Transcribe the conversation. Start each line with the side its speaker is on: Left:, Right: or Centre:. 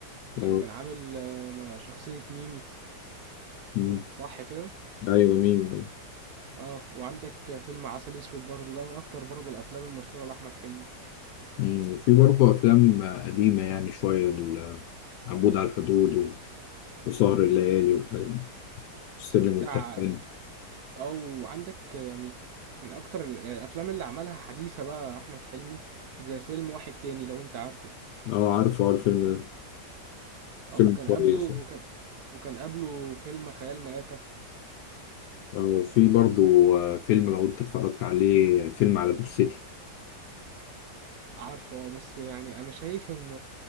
Right: لما
Left: اه
Right: كان عامل آه، م- شخصية ميمي
Left: مم.
Right: صح كده
Left: أيوة ميمي آه.
Right: اه وعندك آه، فيلم عسل اسود برضه ده من اكتر برضه الافلام المشهورة لأحمد حلمي
Left: مم. وفي برضه أفلام آه، قديمة يعني شوية ال- آه، عبود على الحدود و- وسهر الليالي والحاجات دي والسلم والتلوين
Right: بتاع او عندك آه، يعني من اكتر ال- يعني الافلام اللي عملها حديثة بقى احمد حلمي زي فيلم واحد تاني لو انت عارفه
Left: اه عارفه اه الفيلم ده فيلم
Right: اه وكان
Left: كويس
Right: قبله وكان وكان قبله فيلم خيال مآتة
Left: وفي برضو آه، فيلم لو انت اتفرجت عليه فيلم على جثتي
Right: عارفه اه بس يعني انا شايف ان